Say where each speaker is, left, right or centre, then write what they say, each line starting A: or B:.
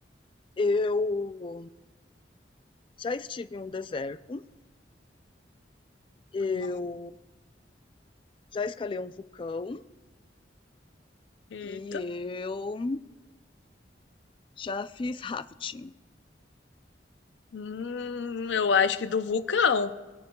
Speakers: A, on the left; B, on the left.
A: eu já estive em um deserto. Eu
B: Hum,
A: já escalei um vulcão
B: Eita.
A: e eu já fiz rafting.
B: Hum, eu acho que do vulcão.